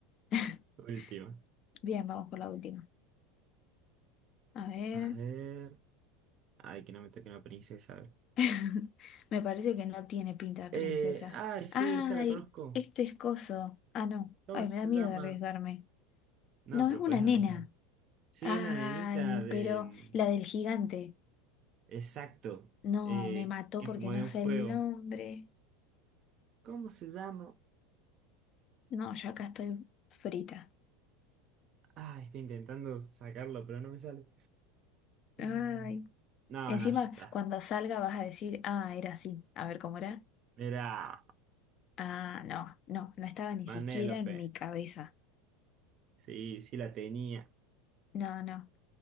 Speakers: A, on the left (about 45°); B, on the right (about 45°).
A: <laughs>
B: Última.
A: Bien, vamos por la última. A ver.
B: A ver. Ay, que no me toque una princesa. A ver.
A: <laughs> Me parece que no tiene pinta de princesa.
B: Eh, ay, sí,
A: Ay,
B: esta la conozco.
A: este es coso. Ah, no.
B: ¿Cómo
A: Ay,
B: se
A: me da miedo
B: llama?
A: arriesgarme.
B: No,
A: No,
B: pero
A: es una
B: puedes
A: nena.
B: arriesgar. Sí,
A: Ay,
B: es la nenita de.
A: pero
B: mm,
A: la del gigante.
B: Exacto.
A: No,
B: Eh,
A: me mató
B: que
A: porque
B: es como
A: no
B: de un
A: sé
B: juego.
A: el nombre.
B: ¿Cómo se llama?
A: No, ya acá estoy frita.
B: ah estoy intentando sacarlo, pero no me sale.
A: Ay.
B: Em, No,
A: Encima,
B: no, ya está.
A: cuando salga vas a decir, ah, era así. A ver cómo era.
B: Mirá,
A: Ah, no, no, no estaba ni
B: Vanélope.
A: siquiera en mi cabeza.
B: Sí, sí la tenía.
A: No, no.